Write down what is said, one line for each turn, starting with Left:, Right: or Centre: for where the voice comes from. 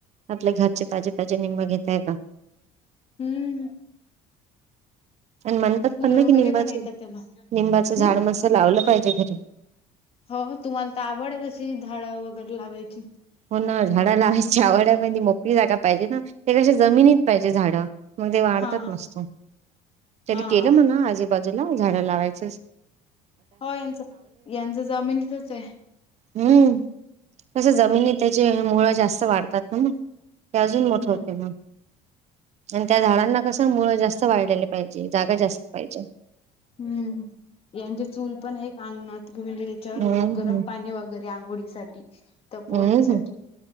Right: आपले घरचे ताजे ताजे निंब घेता येता
Left: हम्म.
Right: आणि म्हणतात
Left: फुलं
Right: पण ना
Left: वगैरे
Right: की निंबाच
Left: पण येतात त्याला.
Right: निंबाचं झाड
Left: हम्म,
Right: मस्त लावलं पाहिजे घरी.
Left: हो तुम्हाला तर आवड आहे तशी झाडं वगैरे लावायची.
Right: हो ना झाडं लावयची आवड आहे पण ती मोकळी जागा पाहिजे ना, ते कशी जमिनीत पाहिजे झाडं. मग ते वाढतात
Left: हां,
Right: मस्त, तरी
Left: हां.
Right: केलं म्हणा आजूबाजूला झाडं लावायचं
Left: हो यांच यांच जमिनीतच आहे.
Right: हम्म कसं जमिनीत
Left: आणि
Right: मुळ जास्त वाढतात ना मग ते अजून मोठं
Left: हम्म,
Right: होते मग आणि त्या झाडांना कस मुळ जास्त वाढलेले पाहिजे जागा जास्त पाहिजे
Left: हम्म यांचे चूल पण एक सांगणार म्हणजे त्याच्यावर
Right: हम्म हम्म
Left: गरम पाणी वगैरे आंघोळीसाठी तपवण्यासाठी.
Right: हम्म